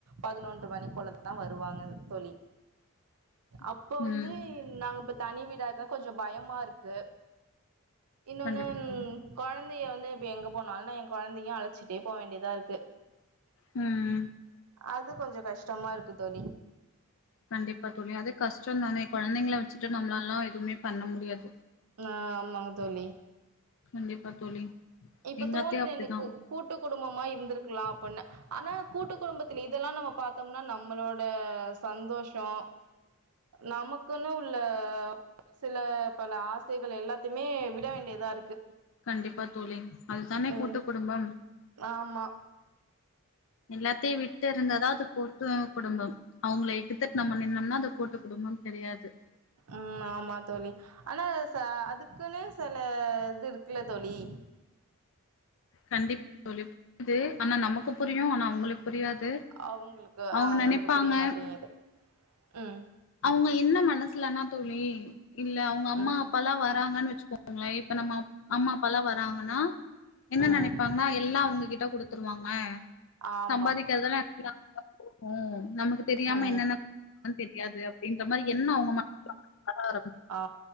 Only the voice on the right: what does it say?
பதினொன்று மணி போல தா வருவாங்க தோழி
அப்போ
வந்து நாங்க இப்ப தனி வீடா இருக்கா கொஞ்சோ பயமா இருக்கு இன்னொன்னு
கொழந்தைய வந்து இப்ப எங்க போனாலு ஏ கொழந்தையு அழச்சிட்டே போ வேண்டியதா இருக்கு
அது கொஞ்சோ கஷ்டமா இருக்கு தோழி
ஆ ஆமாங்க தோழி
இப்ப
தோணுது
எனக்கு கூட்டு குடும்பமா இருந்திருக்லா அப்பின்னு ஆனா கூட்டு குடும்பத்துல இதெல்லா நம்ம பாத்தோம்னா நம்மளோட சந்தோஷோ நமக்குன்னு உள்ள சில பல ஆசைகள் எல்லாத்தையுமே விட வேண்டியதா இருக்கு
ம்
ஆமா
அ ஆமா தோழி ஆனா ச அதுக்குன்னு சில இது இருக்குல்ல தோழி
அவுங்களுக்கு ஆ
அவுங்களுக்கு
புரிய மாட்டேங்குது ம்
ம்
ம்
ஆமா
ம்
ஆ